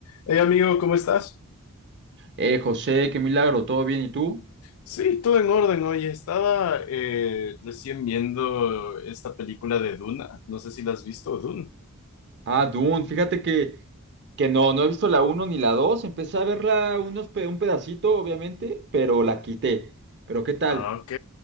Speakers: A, on the left; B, on the right.
A: Hey amigo, ¿cómo estás?
B: Eh, José, qué milagro, ¿todo bien? ¿Y tú?
A: Sí, todo en orden. Oye, estaba eh, recién viendo esta película de Duna. No sé si la has visto, Duna.
B: Ah, Dune, fíjate que, que no, no he visto la uno ni la 2. Empecé a verla unos pe- un pedacito, obviamente, pero la quité. ¿Pero qué tal?
A: Ah, ok.